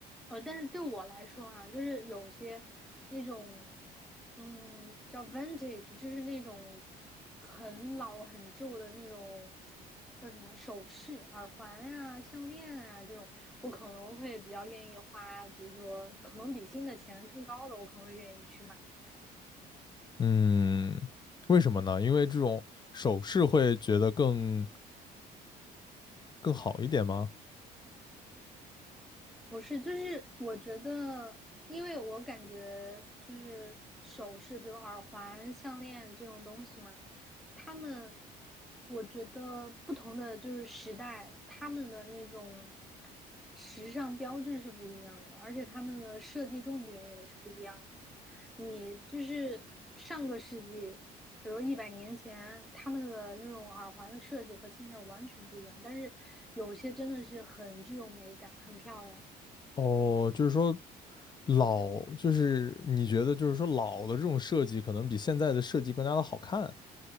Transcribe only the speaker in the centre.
呃，但是对我来说啊，就是有些那种，嗯，叫 vintage，就是那种很老很旧的那种，叫什么首饰、耳环呀、项链啊这种，我可能会比较愿意花，比如说可能比新的钱更高的，我可能会愿意去买。
不是，就是我觉得，因为我感觉就是首饰，比如耳环、项链这种东西嘛，他们，我觉得不同的就是时代，他们的那种时尚标志是不一样的，而且他们的设计重点也是不一样的。你就是上个世纪，比如一百年前，他们的那种耳环的设计和现在完全不一样，但是有些真的是很具有美感，很漂亮。